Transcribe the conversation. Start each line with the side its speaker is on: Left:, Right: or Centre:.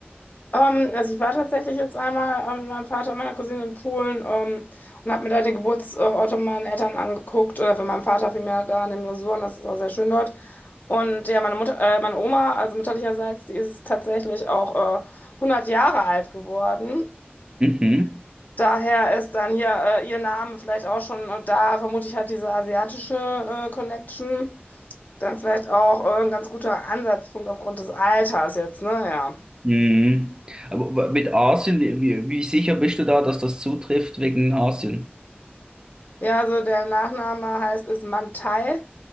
Left: Ähm, also ich war tatsächlich jetzt einmal ähm, mit meinem Vater und meiner Cousine in Polen ähm, und habe mir da den Geburtsort von meinen Eltern angeguckt oder für meinen Vater vielmehr da in den Masuren, das ist auch sehr schön dort. Und ja, meine Mutter, äh, meine Oma, also mütterlicherseits, die ist tatsächlich auch äh, 100 Jahre alt geworden.
Right: Mhm.
Left: Daher ist dann hier äh, ihr Name vielleicht auch schon, und da vermute ich halt diese asiatische äh, Connection, dann vielleicht auch äh, ein ganz guter Ansatzpunkt aufgrund des Alters jetzt, ne? Ja.
Right: Mhm. Aber w- mit Asien, wie, wie wie sicher bist du da, dass das zutrifft wegen Asien?
Left: Ja, also der Nachname heißt ist Mantai